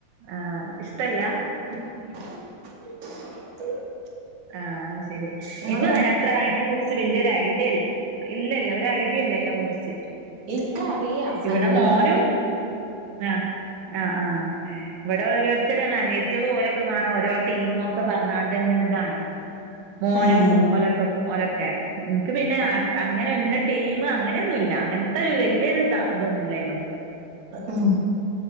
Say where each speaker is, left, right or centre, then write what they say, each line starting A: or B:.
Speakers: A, on the right; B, on the right.
A: ആ ഇഷ്ടല്ല.
B: <inaudible>
A: ആഹ് അത് ശെരി
B: നിങ്ങള്
A: എനിക്കും അങ്ങനെ
B: കാണാറുണ്ടോ
A: അത്ര അയിതിനെ കുറിച്ച് വലിയൊരായി ഇല്ല ഇല്ല ഒരു ഐഡിയ ഇല്ല അതിനെ കുറിച്ച്.
B: ഇന്ക്കറിയാ സംഗതികളൊക്കെ
A: ഇവിടെ മോനും ആഹ് ആഹ് ആഹ് ഇവിടെ ഓരോരുത്തരാണ് അനിയത്തി ഓലെക്കെ കാണാ ഓരോ ടീമോക്കെ പറഞ്ഞാണ്ട്ങ്ങനെതാണ്. മോനും
B: ഏഹ്
A: ഒലക്കും ഓലക്കെ ൻക്ക് പിന്നെ അ അങ്ങനെ ഇന്ന ടീമ് അങ്ങനെയൊന്നുല്ല അങ്ങനത്തെ ഒരു വല്ല്യായൊരു താ അതൊന്നും ല്ലായ്മക്ക്
B: ഉം